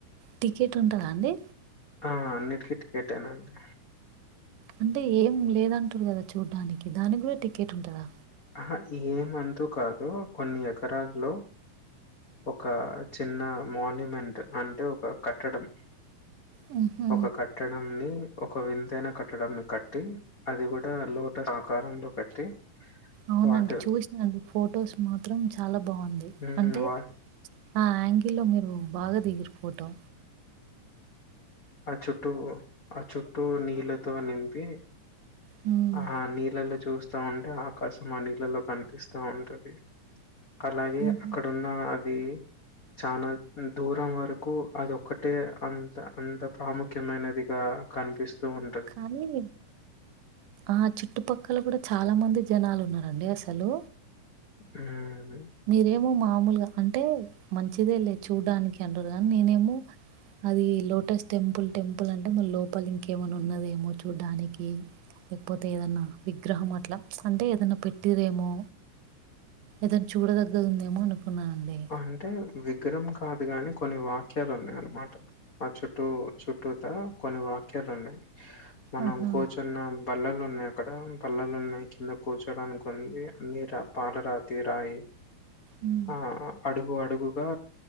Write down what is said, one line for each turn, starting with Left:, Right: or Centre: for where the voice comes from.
Right: టికెట్ ఉంటదా అండి
Left: ఆ అన్నిటికీ టికెట్ ఏ నండి
Right: అంటే ఏం లేదంటురు కదా చూడ్డానికి దానికి కూడా టికెట్ ఉంటదా
Left: ఆ ఏమంతు కాదు కొన్ని ఎకరాల్లో ఒక చిన్న మాన్యుమెంట్ అంటే ఒక కట్టడం
Right: హుహు.
Left: ఒక కట్టడం ని ఒక వింతైన కట్టడం ని కట్టి అది కూడా లోటర్ ఆకారంలో కట్టి
Right: అవునండి
Left: వాటర్
Right: చూస్నా ఫొటోస్ మాత్రం చాలా బాగుంది
Left: హ్మ్
Right: అంటే
Left: వా
Right: ఆ యాంగిల్ లో మీరు బాగా దిగురు పోటో
Left: ఉ చుట్టూ ఆ చుట్టూ నీళ్ళతో నింపి
Right: హ్మ్.
Left: ఆ నీలలో చూస్ వస్తా ఉంటే ఆకాశం ఆ నీళ్ళలో కనిపిస్తూ ఉంటది అలాగే
Right: హుహు.
Left: అక్కడ ఉన్న అవి చనా దూరం వరకు అదో ఒకటే అంత అంత ప్రాముఖ్యమైనదిగా కనిపిస్తూ ఉం
Right: కానీ ఆ చుట్టుపక్కల కూడా చాలా మంది జనాలున్నారండి అసలు
Left: ఊ ఉ
Right: మీరేమో మామూలుగా అంటే మంచిదే లే చూడ్డానికి అంటరు గానీ నేనేమో అది లోటస్ టెంపుల్ టెంపుల్ అంటే మలి లోపలి ఇంకేమన్న ఉన్నదేమో చూడ్డానికి లేకపోతే ఏదన్నా విగ్రహం అట్ల అంటే ఏదన్నా పెట్టిరేమో ఏదన చూడదగ్గదుందేమో అనుకున్నానండి
Left: అంటే విగ్రహం కాదు గాని కొన్ని వాక్యాలు ఉన్నాయి అన్నమాట ఆ చుట్టూ చుట్టూత కొన్ని వాక్యాలు ఉన్నాయి మనం
Right: ఆహా!
Left: కూర్చున్నాం బల్లలు ఉన్నాయి అక్కడ బల్లలు ఉన్నాయి కింద కూర్చోడానికి ఉంది అన్ని రా పాలరాతి రాయి
Right: ఉ
Left: ఆ అడుగు అడుగుగా